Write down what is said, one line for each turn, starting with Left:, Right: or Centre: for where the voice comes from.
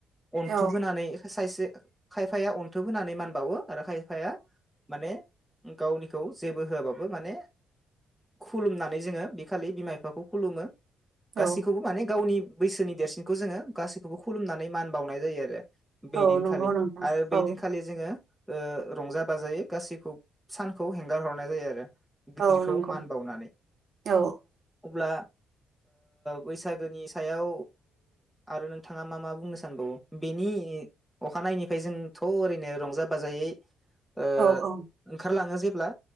Centre: अन्थोब
Right: औ
Centre: होनानै सायसे खायफाया अन्थोब होनानै मान बावो आरो खायफाया माने गावनिखौ जेबो होआबाबो माने खुलुमनानै जोङो बे खालि बिमा बिफाखौ खुलुमो। गासैखौबो
Right: औ
Centre: माने गावनि बैसोनि देरसिनखौ जोङो गासैखौबो खुलुमनानै मान बावनाय जायो आरो। बैदिनखालि
Right: औ नंगौ नोंथां
Centre: आरो बै
Right: औ
Centre: दिनखालि जोङो। ओ रंजा बाजायै गासैखौ सानखौ हेंगार हरनाय जायो आरो। गिदिरखौ
Right: औ नंगौ
Centre: मान बावनानै
Right: औ
Centre: अब्ला बैसागोनि सायाव आरो नोंथाङा मा मा बुंनो सानबावो बेनि अखानायैफ्राय जोंथ' ओरैनो रंजा बाजायै। ओ
Right: औ औ
Centre: ओंखारलाङो जेब्ला